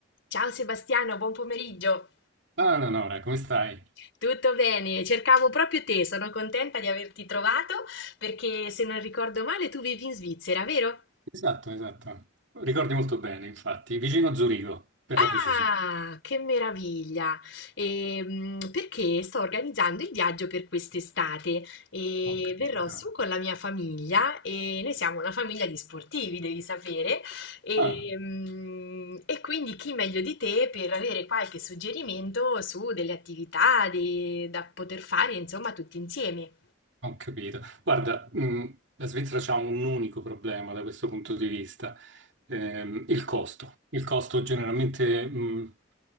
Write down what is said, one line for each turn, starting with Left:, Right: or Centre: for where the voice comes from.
Left: Ciao Sebastiano, buon pomeriggio.
Right: Ah, no, no, no, ora, come stai?
Left: Tutto bene? Cercavo proprio te, sono contenta di averti trovato perché se non ricordo male tu vivi in Svizzera, vero?
Right: Esatto, esatto. Ricordi molto bene, infatti. Vicino a Zurigo, per
Left: Ah,
Right: la precisione.
Left: che meraviglia! Ehm, perché sto organizzando il viaggio per quest'estate e
Right: Ho capito.
Left: verrò su con la mia famiglia e noi siamo una famiglia di sportivi, devi sapere, ehm,
Right: Ah,
Left: e, quindi chi meglio di te per avere qualche suggerimento su delle attività de- da poter fare, insomma, tutti insieme.
Right: Ho capito. Guarda, mh, la Svizzera ha un unico problema da questo punto di vista, ehm, il costo. Il costo generalmente mh,